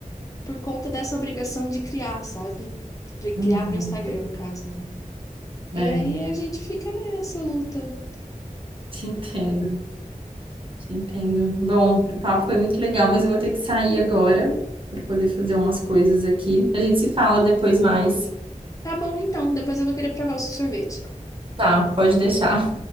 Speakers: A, on the left; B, on the right.
A: por conta dessa obrigação de criar, sabe? Pri-
B: Uhum.
A: Criar pro Instagram, no caso, né?
B: É,
A: E aí a gente fica nessa luta.
B: te entendo, te entendo. Bom, o papo foi muito legal, mas eu vou ter que sair agora para poder fazer umas coisas aqui. A gente se fala depois mais.
A: Tá bom, então, depois eu vou querer provar o seu sorvete.
B: Tá, pode deixar.